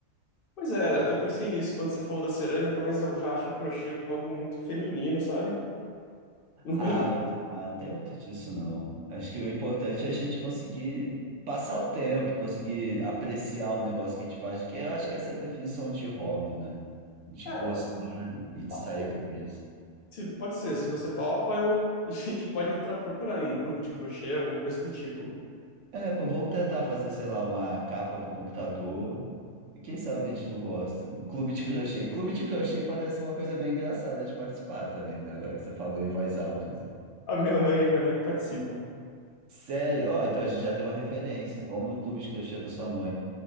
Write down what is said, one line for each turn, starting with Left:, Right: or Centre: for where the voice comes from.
Left: Pois é, eu pensei nisso quando você falou da cerâmica, mas eu já acho o crochê algo muito feminino, sabe? <laughs> Nunca-
Right: Ah, mas ah, não tem muito disso, não. Acho que o importante é a gente conseguir passar o tempo, conseguir apreciar o negócio que a gente faz, porque eu acho que essa é a definição de hobby, né? A gente
Left: É,
Right: gostar e e de
Left: é,
Right: sair a cabeça.
Left: Se, pode ser, se você topa, eu, <laughs> a gente pode entrar procurar em um clube de crochê, alguma coisa do tipo.
Right: É, pô, vamos tentar fazer, sei lá, uma capa pro computador. E quem sabe a gente não gosta. Um clube de crochê. Clube de crochê parece uma coisa bem engraçada de participar também, né? Agora que você falou em voz alta, assim.
Left: A minha mãe, minha mãe que participa.
Right: Sério? Ó, então a gente já tem uma referência. Vamos no clube de crochê da sua mãe.